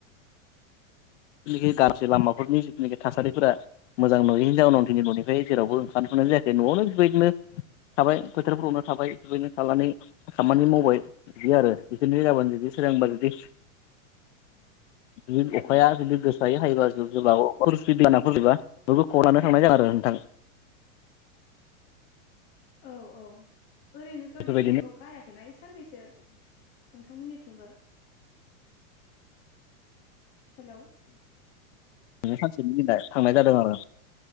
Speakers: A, on the left; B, on the left.
A: जिनाखि गांसे लामाफोरनि जिथ'नाखि थासारिफोरा मोजां नंयैनि जाउनाव दिनै न'निफ्राय जेरावबो ओंखारथ'नाय जायाखै न'आवनो बेबायदिनो थाबाय फोरावनो थाबाय जहैनो थानानै खामानि मावबाय बिदि आरो बिदिनो जाबानो जुदि सोरांबा जुदि बि अखाया
B: औ
A: जुदि गोसायो हायोबा जु जबा अ जुदि बाना फैबा बयबो खनो थांनाय जागोन आरो नोंथां
B: औ औ ओरैनोथ'
A: बेफोरबायदिनो
B: दिनै अखा हायाखैना इ साननैसो नोंथांमोननिथिंबो हेल'
A: नो सानसेनि दिनाय थांनाय जादों आरो